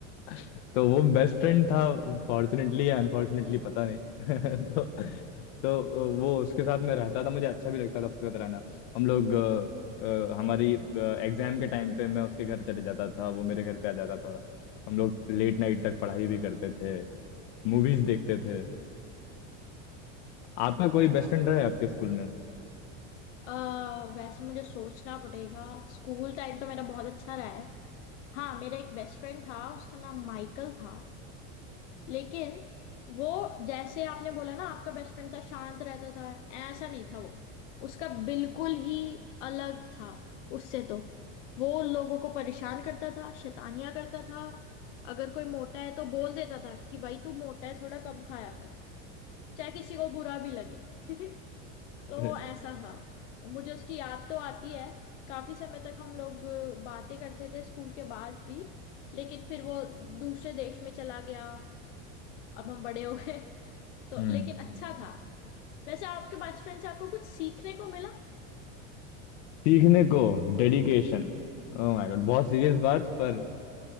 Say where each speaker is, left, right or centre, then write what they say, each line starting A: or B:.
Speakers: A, on the left; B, on the left.
A: <laughs> तो वो बेस्ट फ्रेंड था फॉर्चुनेटली या अनफॉर्चुनेटली पता नहीं <laughs> तो तो वो उसके साथ मैं रहता था मुझे अच्छा भी लगता था उसके साथ रहना हम लोग अ, अ, हमारी एग्जाम के टाइम पे मैं उसके घर चले जाता था वो मेरे घर पे आ जाता था तो हम लोग लेट नाइट तक पढ़ाई भी करते थे मूवीज देखते थे आपका कोई बेस्ट फ्रेंड रहा है आपके स्कूल में
B: आ, वैसे मुझे सोचना पड़ेगा स्कूल टाइम तो मेरा बहुत अच्छा रहा है हाँ मेरा एक बेस्ट फ्रेंड था उसका नाम माइकल था लेकिन वो जैसे आपने बोला ना आपका बेस्ट फ्रेंड था शांत रहता था ऐसा नहीं था वो उसका बिल्कुल ही अलग था उससे तो वो लोगों को परेशान करता था शैतानियां करता था अगर कोई मोटा है तो बोल देता था कि भाई तू मोटा है थोड़ा कम खाया कर चाहे किसी को बुरा भी लगे <laughs> तो
A: <laughs>
B: वो ऐसा था मुझे उसकी याद तो आती है काफी समय तक हम लोग बातें करते थे स्कूल के बाद भी लेकिन फिर वो दूसरे देश में चला गया अब हम बड़े हो गए <laughs> तो
A: अरे,
B: लेकिन अच्छा था वैसे आपके बेस्ट फ्रेंड से आपको कुछ सीखने को मिला
A: सीखने को डेडिकेशन ओह माय गॉड बहुत सीरियस बात पर